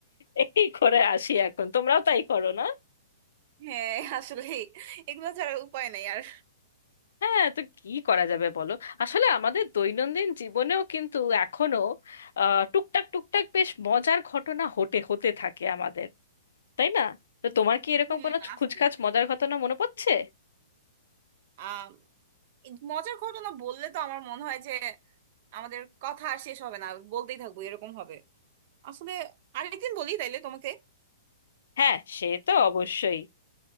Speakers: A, on the left (about 75°); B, on the right (about 40°).
A: এই করে আসি এখন তোমরাও তাই করো না
B: হ্যাঁ আসলে এগুলো ছাড়া উপায় নাই আর
A: হ্যাঁ তো কি করা যাবে বলো আসলে আমাদের দৈনন্দিন জীবনেও কিন্তু এখনো আহ, টুকটাক টুকটাক বেশ মজার ঘটনা হতে হতে থাকে আমাদের তাই না তো তোমার কি এরকম
B: হুম
A: কোনো
B: আসবে
A: খুচখাচ মজার ঘটনা মনে পড়ছে
B: আহ মজার ঘটনা বললে তো আমার মনে হয় যে আমাদের কথা আর শেষ হবে না বলতেই থাকবো এরকম হবে আসলে আরেকদিন বলি তাইলে তোমাকে
A: হ্যাঁ সে তো অবশ্যই